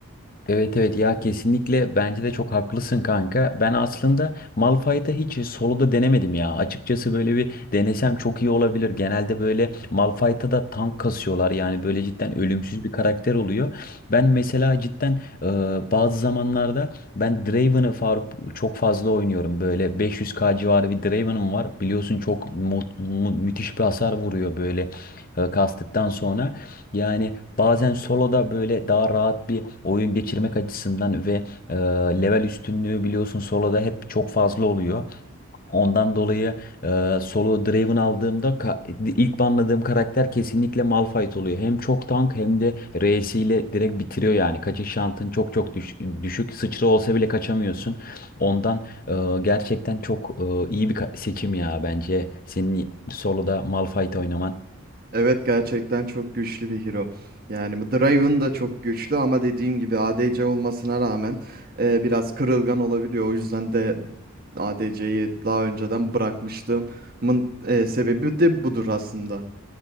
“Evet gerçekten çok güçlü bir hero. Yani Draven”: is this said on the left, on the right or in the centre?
Right